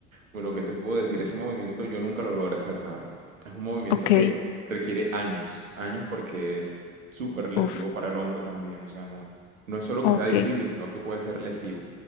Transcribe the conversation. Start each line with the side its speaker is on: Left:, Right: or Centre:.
Right: Bueno, ¿qué te puedo decir? Ese movimiento yo nunca lo logré hacer, ¿sabes? Es un movimiento
Left: Ok,
Right: que requiere años, años porque es súper lesivo
Left: uf,
Right: para el hombro también, o sea, no, no es solo
Left: ok,
Right: que sea difícil, sino que puede ser lesivo.